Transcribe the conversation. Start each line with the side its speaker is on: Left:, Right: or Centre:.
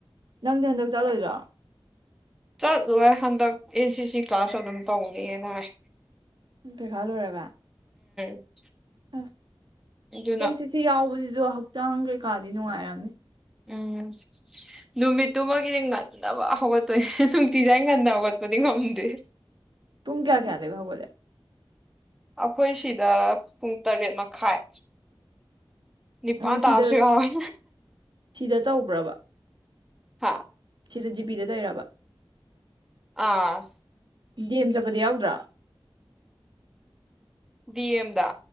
Right: ꯅꯪꯗꯤ ꯍꯟꯗꯛ ꯆꯠꯂꯣꯏꯗ꯭ꯔꯣ?
Centre: ꯆꯠꯂꯣꯏ ꯍꯟꯗꯛ ꯑꯦ ꯁꯤ ꯁꯤ ꯀ꯭ꯂꯥꯁꯁꯨ ꯑꯗꯨꯝ ꯇꯧꯅꯦꯅ ꯍꯥꯏ꯫
Right: ꯄꯩꯈꯥꯥ ꯂꯣꯏꯔꯒ
Centre: <inaudible>
Right: ꯑꯥ
Centre: ꯑꯗꯨꯅ
Right: ꯑꯦꯟ ꯁꯤ ꯁꯤ ꯌꯥꯎꯕ ꯑꯗꯣ ꯍꯛꯆꯥꯡ ꯀꯩꯀꯥꯗꯤ ꯅꯨꯡꯉꯥꯏꯔꯝꯅꯤ ꯫
Centre: ꯎꯝ ꯅꯨꯃꯤꯠꯇꯨꯃꯗꯤ ꯉꯝꯅꯕ ꯍꯧꯒꯠꯇꯣꯏꯅꯦ ꯅꯨꯡꯇꯤꯖꯥꯏ ꯉꯟꯅ ꯍꯧꯒꯠꯄꯗꯤ ꯉꯝꯗꯦ꯫
Right: ꯄꯨꯡ ꯀꯌꯥ- ꯀꯌꯥꯗꯒ ꯍꯧꯒꯠꯂꯤ?
Centre: ꯑꯩꯈꯣꯏ ꯁꯤꯗ ꯄꯨꯡ ꯇꯔꯦꯠ ꯃꯈꯥꯏ ꯅꯤꯄꯥꯟ
Right: ꯑꯣ
Centre: ꯇꯥꯕꯥꯁꯨ
Right: ꯁꯤꯗ
Centre: ꯋꯥꯎꯏ꯫
Right: ꯁꯤꯗ ꯇꯧꯕ꯭ꯔꯕ
Centre: ꯍꯥꯥ
Right: ꯁꯤꯗ ꯖꯤꯄꯤꯗ ꯇꯩꯔꯕ
Centre: ꯑꯥ
Right: ꯗꯦꯝ ꯆꯠꯄꯗꯤ ꯌꯥꯎꯗ꯭ꯔꯣ
Centre: ꯗꯤꯑꯦꯝꯗꯥ